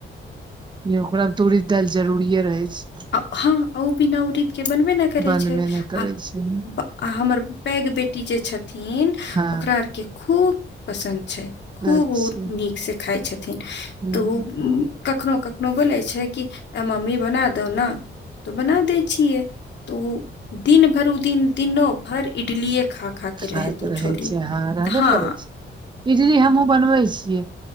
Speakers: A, on the right; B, on the left.
A: ओकरामे उरिदि दालि जरूरिे रहै छै
B: हँ ओ बिना उरीद के बनबे नहि करै
A: बनबे
B: छै
A: नहि करै
B: आ
A: छै
B: आ हमर पैघ बेटी जे छथिन
A: हँ
B: ओकरा आरके खूब पसन्द छै खूब
A: अच्छा
B: ओ नीक से खाइ छथिन
A: हूं
B: तऽ कखनहु कखनोहु बोलै छै कि मम्मी बना दौ नऽ तऽ बना दै छियै तो दिन भर उ दिन दिनो भर इटलियए खा खा के
A: खााय
B: रहैत
A: तऽ
B: ओ
A: रहै
B: छोरी
A: छै अहाँ रहबे
B: हँ
A: करै छै इटली हमहुूँ बनबै छियै